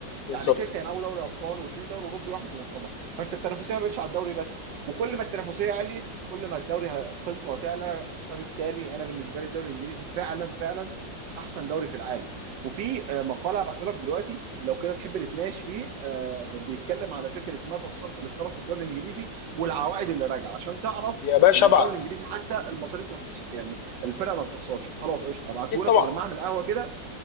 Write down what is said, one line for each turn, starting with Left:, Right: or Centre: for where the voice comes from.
Left: بالظبط
Right: يعني ستة هيلعبوا دوري ابطال واثنين دوري اوروبي واحد مؤتمر فانت التنافسيه ما بقتش على الدوري بس وكل ما التنافسيه عليت كل ما الدوري ه- قيمته هتعلى فبالتالي انا بالنسبه لي الدوري الانجليزي فعلا فعلا احسن دوري في العالم وفي آه، مقاله هبعته لك دلوقتي لو كده تحب نتناقش فيه آه، بيتكلم على فكره مدى الصرف اللي اتصرف في الدوري الانجليزي والعوائد اللي راجعه عشان تعرف
Left: يا باشا
Right: ان
Left: ابعت
Right: الدوري الانجليزي حتى المصاريف ما بتخسر يعني الفرق ما بتخسرش فخلاص قشطه هبعته
Left: اكيد طبعا
Right: لك وعلى ما اعمل قهوه كده